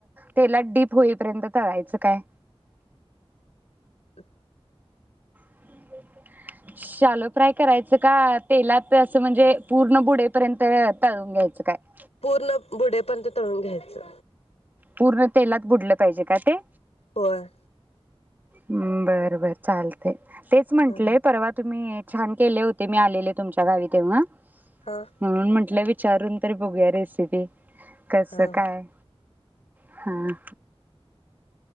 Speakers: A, on the right (about 20°); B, on the left (about 90°).
A: तेलांत डीप होईपर्यंत तळायचं कायं?
B: हं.
A: <unintelligible> <unintelligible> शालो फ्रायं करायचं कां, तेलांत असं म्हणजे पूर्ण बुडेपर्यंत तळूंन घ्यायचं कायं?
B: पूर्ण बुडे पर्यतं तळूंन घ्यायचं.
A: पूर्ण तेलांत बुडलं पाहिजे कां ते?
B: होयं.
A: हम्मं बरं बरं चालते तेचं म्हंटलेय
B: हा
A: पर्वा तुम्हीं छांन केले होते मी आलेले तुमच्यां गांवी तेव्हां.
B: हां.
A: म्हणूंन म्हटलं विचारूंन तरी बघूंया रेसिपी कसं
B: हा
A: कायं. हां